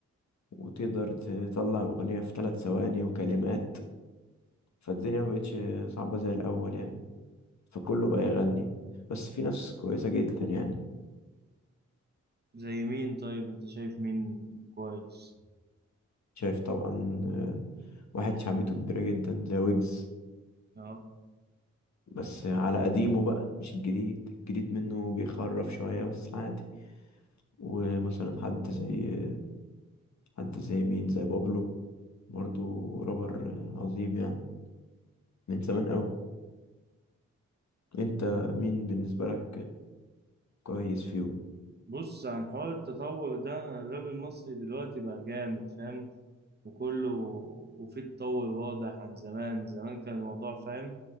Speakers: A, on the left; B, on the right.
A: وتقدر تطلع أغنية في ثلاث ثواني وكلمات فالدنيا ما بقتش صعبة زي الأول يعني فكله بقى يغني بس في ناس كويسة جدا يعني
B: زي مين طيب انت شايف مين كويس
A: شايف طبعا آه، واحد شعبيته كبيرة جدا زي ويجز
B: اه
A: بس على قديمه بقى مش الجديد الجديد منه بيخرف شوية بس عادي ومثلا حد زي حد زي مين زي بابلو برضو رابر عظيم يعني من زمان قوي انت مين بالنسبة لك كويس فيهم
B: بص عن حوار التطور ده الراب المصري دلوقتي بقى جامد فاهم وكله وفيه تطور واضح عن زمان زمان كان الموضوع فاهم